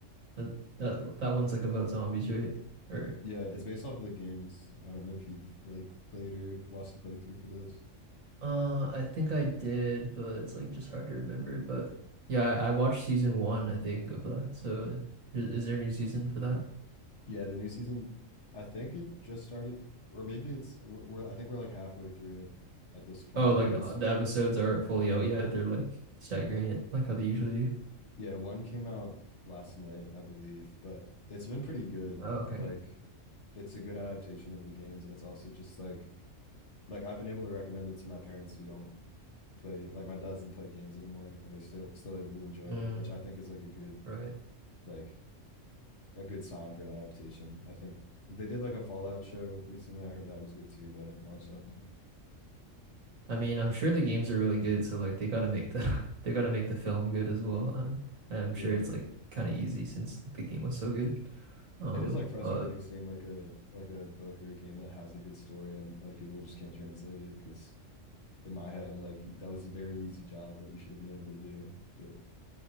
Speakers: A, on the right (about 80°); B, on the left (about 60°).
A: uh, that that one's like about zombies, right? Or
B: Yeah, it's based off of the games. I don't know if you've like played or watched the playthrough for those.
A: uh, I think I did, but it's like just hard to remember. But yeah, I, I watched season one, I think, of that. So is, is there a new season for that?
B: Yeah, the new season, I think it just started, or maybe it's we're, we're I think we're like halfway through it at this point,
A: Oh, like
B: but it's
A: the the episodes aren't fully out yet. They're like staggering it, like how they usually
B: y-
A: do.
B: yeah, one came out last night, I believe, but it's been pretty good.
A: Oh, okay.
B: Like it's a good adaptation of the games, and it's also just like like I've been able to recommend it to my parents who don't play like my dad doesn't play games anymore and they're still still able to enjoy
A: Mm,
B: it, which I think is like a good
A: right.
B: like a good sign for an adaptation. I think they did like a Fallout show recently. I heard that was good too, but I didn't watch that one.
A: I mean, I'm sure the games are really good, so like they gotta make the <laughs> they gotta make the film good as well. And I'm
B: Yeah.
A: sure it's like kind of easy since like the game was so good. Um,
B: It is like frustrating
A: but
B: seeing like a like a book or a game that has a good story and like people just can't translate it because in my head I'm like that was a very easy job that you should have been able to do. But